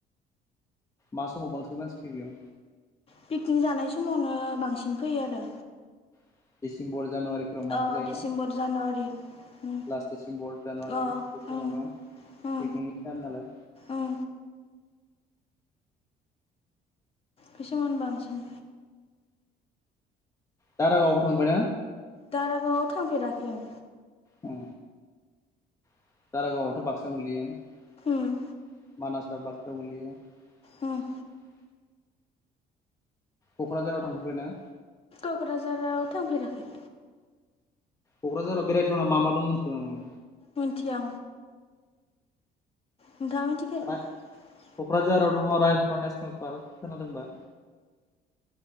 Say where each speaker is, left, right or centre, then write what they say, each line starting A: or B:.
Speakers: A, on the left; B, on the left.
A: मा समाव बांसिन मानसि फैयो बेयाव?
B: पिकनिक जानाय समावनो बांसिन फैयो आरो।
A: <inaudible> बांसिन
B: अ
A: जायोना
B: डिसेम्बर जानुवारि। उम
A: लास्ट डिसेम्बर जानुवारि
B: अ
A: बे समावनो
B: उम उम
A: <inaudible>
B: उम बे समावनो बांसिन।
A: दारागावबो थांबाय ना?
B: दारागावाव थांफेराखै आं।
A: औ। <inaudible>
B: उम
A: <inaudible>
B: उम
A: क'क्राझाराव थांफेरबाय ना?
B: क'क्राझाराव थांफेराखै।
A: क'क्राझाराव बेरायथावना मा मा दं मोनथिगौ नामा?
B: मिथिया। नोंथाङा मिथिखायो
A: नों
B: नामा?
A: क'क्राझाराव दङ रायमना नेसनेल पार्क खोनादोंबा?